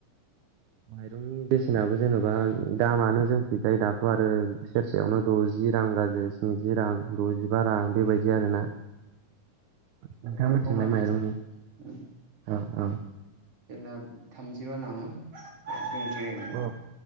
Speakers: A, on the right; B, on the right.
A: माइरंनि बेसेनाबो जेन'बा दामानो जों बिजाय दाथ' आरो सेरसेयावनो द'जि रां गाज्रि स्निजि रां द'जि बा रां बेबायदि
B: ए
A: आरोना। नोंथां
B: जोंना
A: मोनथिलाय
B: खमानो
A: माइरं
B: उम
A: औ औ।
B: जोंना थामजिबा नामा? ओ जोंथि आरैनो
A: औ